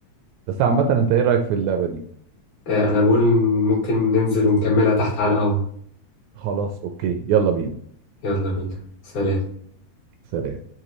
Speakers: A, on the right; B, on the left.
A: بس عامة أنت إيه رأيك في اللعبة دي؟
B: آه، أنا بقول ممكن ننزل ونكملها تحت على القهوة
A: خلاص أوكي يلا بينا
B: يلا بينا سلام
A: سلام